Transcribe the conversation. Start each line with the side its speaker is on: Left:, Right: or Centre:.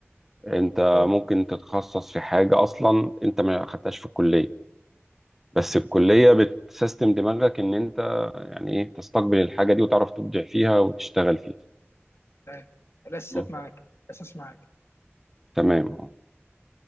Centre: انت
Left: اه
Centre: ممكن تتخصص في حاجه اصلا انت ما خدتهاش في الكليه بس الكلية بتسيستم دماغك إن أنت يعني إيه تستقبل الحاجة دي وتعرف تبدع فيها وتشتغل فيها
Left: تمام. الاساسات
Centre: مم.
Left: معاك الاساس معاك.
Centre: تمام أه